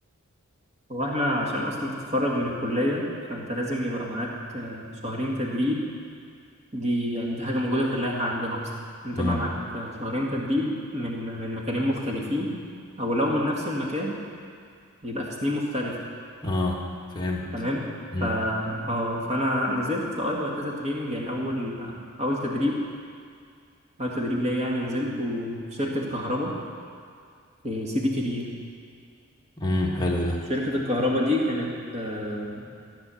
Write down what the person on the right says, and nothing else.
هو احنا عشان اصلا تتخرج من الكلية فانت لازم يبقى معاك آه، شهرين تدريب دي يعني دي حاجة موجودة في اللائحة عندنا اصلا انت
يبقى معاك آه، شهرين تدريب من من مكانين مختلفين او لو من نفس المكان يبقى في سنين مختلفة
تمام
فا اه فانا نزلت آه، ايوه كذا تريننج يعني اول آه، اول تدريب اول تدريب ليا يعني نزلته في شركة كهرباء في سيدي كرير
شركة الكهرباء دي كانت آه،